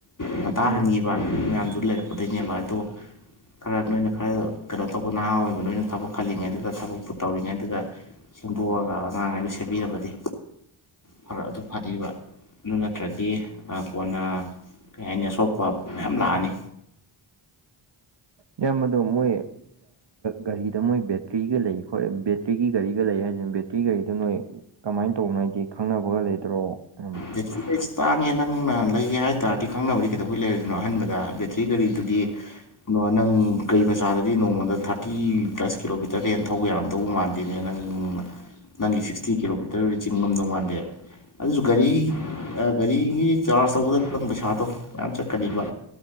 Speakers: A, on the left (about 40°); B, on the right (about 55°).
A: ꯉꯟꯇꯥ
B: ꯎꯝ
A: ꯍꯟꯈꯤꯕ ꯃꯌꯥꯝꯗꯨ ꯂꯩꯔꯛꯄꯗꯩꯅꯦꯕ ꯑꯗꯣ ꯈꯔ ꯅꯣꯏꯅ ꯈꯔ ꯀꯩꯅꯣ ꯇꯧꯕ ꯅꯍꯥ ꯑꯣꯏꯕ ꯅꯣꯏꯅ ꯊꯕꯛ ꯈꯜꯂꯤꯉꯩꯗꯨꯗ ꯊꯕꯛꯇꯨ ꯇꯧꯔꯤꯉꯩꯗꯨꯗ ꯁꯦꯝꯗꯣꯛꯑꯒ ꯑꯉꯥꯡꯈꯩꯗꯨ ꯁꯦꯝꯕꯤꯔꯕꯗꯤ ꯐꯔ ꯑꯗꯨ ꯐꯥꯗꯤꯕ ꯑꯗꯨ ꯅꯠꯇ꯭ꯔꯗꯤ ꯑꯥ ꯀꯣꯟꯅ ꯀꯩ ꯍꯥꯏꯅꯤ ꯑꯁꯣꯛꯄ ꯃꯌꯥꯝ ꯂꯥꯛꯑꯅꯤ
B: ꯏꯌꯥꯝꯕꯗꯣ ꯃꯣꯏ ꯒꯥꯔꯤꯗ ꯃꯣꯏ ꯕꯦꯇ꯭ꯔꯤꯒ ꯂꯩ ꯈꯣꯏ ꯕꯦꯇ꯭ꯔꯤꯒꯤ ꯒꯥꯔꯤꯒ ꯂꯩ ꯍꯥꯏꯖꯦ ꯕꯦꯠ ꯇꯤ ꯒꯥꯔꯤꯗꯨ ꯅꯣꯏ ꯀꯃꯥꯏꯅ ꯇꯧꯕꯅꯣ ꯍꯥꯏꯗꯤ ꯈꯪꯅꯕꯒ ꯂꯩꯗ꯭ꯔꯣ ꯎꯝ
A: ꯕꯦꯇ꯭ꯔꯤ ꯀꯩ ꯇꯥꯡꯉꯦ ꯅꯪꯅ ꯂꯩꯒꯦ ꯍꯥꯏ ꯇꯥꯔꯗꯤ ꯈꯪꯅꯕꯗꯤ ꯀꯩꯗꯧꯕꯩ ꯂꯩꯔꯣꯏꯗꯣꯏꯅꯣ ꯑꯍꯟꯕꯗ ꯕꯦꯠꯇ꯭ꯔꯤ ꯒꯥꯔꯤꯗꯨꯗꯤ ꯑꯗꯣ ꯅꯪ ꯀꯩ ꯃꯆꯥꯗꯗꯤ ꯅꯣꯡꯃꯗ ꯊꯥꯔꯇꯤ ꯄ꯭ꯂꯁ ꯀꯤꯂꯣꯃꯤꯇꯔꯗ ꯍꯦꯅ ꯊꯧꯕ ꯌꯥꯔꯝꯗꯧꯕ ꯃꯥꯟ ꯗꯦꯅꯦ ꯅꯪꯅ ꯅꯪꯒꯤ ꯁꯤꯛꯁꯇꯤ ꯀꯤꯂꯣꯃꯤꯇꯔ ꯆꯤꯡꯉꯝꯗꯧ ꯃꯥꯟꯗꯦ ꯑꯗꯨ
B: ꯎꯝ
A: ꯒꯥꯔꯤ ꯒꯥꯔꯤꯒꯤ ꯆꯥꯔꯖ ꯇꯧꯕꯗ ꯈꯤꯇꯪ ꯄꯩꯁꯥꯗꯣ ꯌꯥꯝ ꯆꯠꯀꯅꯤꯕ